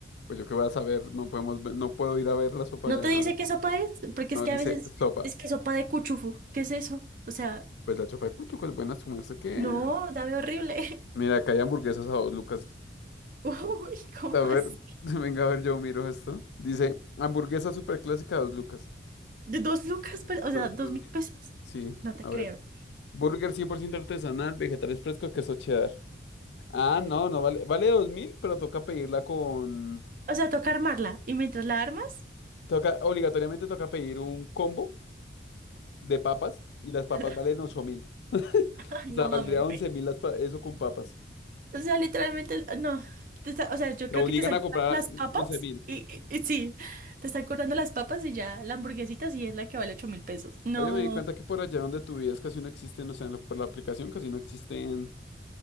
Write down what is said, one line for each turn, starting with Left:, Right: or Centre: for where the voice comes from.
Left: Pues yo qué voy a saber, no podemos, ver- no puedo ir a ver la sopa
Right: No
Left: allá.
Right: te dice qué sopa es, porque
Left: No,
Right: es que
Left: dice
Right: a veces
Left: sopa.
Right: es que sopa de cuchufu. ¿Qué es eso? O sea...
Left: Pues la chapa de Cuchuco es buena, su merced que...
Right: No, sabe horrible.
Left: Mira, acá hay hamburguesas a dos lucas.
Right: <laughs> Uy, ¿cómo
Left: A ver,
Right: así?
Left: <laughs> venga a ver, yo miro esto. Dice, hamburguesa super clásica a dos lucas.
Right: ¿De dos lucas? pero- O
Left: Dos,
Right: sea, ¿dos
Left: dos
Right: mil
Left: mil.
Right: pesos?
Left: Sí,
Right: No te
Left: a
Right: creo.
Left: ver. Burger 100% artesanal, vegetales frescos, queso cheddar. Ah, no, no vale. Vale dos mil, pero toca pedirla con...
Right: O sea, toca armarla. ¿Y mientras la armas?
Left: Toca, obligatoriamente toca pedir un combo de papas y las papas
Right: <laughs>
Left: valen ocho mil.
Right: Ay,
Left: O
Right: no
Left: sea,
Right: mames,
Left: valdría once
Right: güey.
Left: mil las pa- eso con papas.
Right: O sea, literalmente, ah, no. Te está- o sea, yo
Left: Te
Right: creo
Left: obligan
Right: que te están
Left: a
Right: cobrando
Left: comprar
Right: las papas.
Left: once mil.
Right: Y, y- y sí, te están cobrando las papas y ya la hamburguesita sí es la que vale ocho mil pesos. No,
Left: Oye, me di cuenta que por allá donde tú vives casi no existen, o sea, en la- por la aplicación casi no existen,